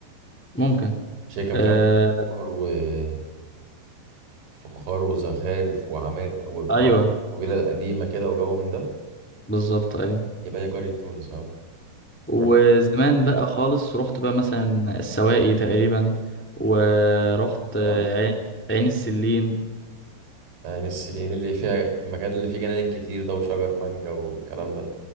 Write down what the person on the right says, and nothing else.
مش هي كان
فيها خضار فخار وزخارف وعماير وبتاع
وفيلا القديمة كده وجو من ده
يبقى هي قرية تونس اه
رحت
اه
يعني السليين اللي فيها في المكان اللي فيه جنان كتير ده وشجر مانجا والكلام ده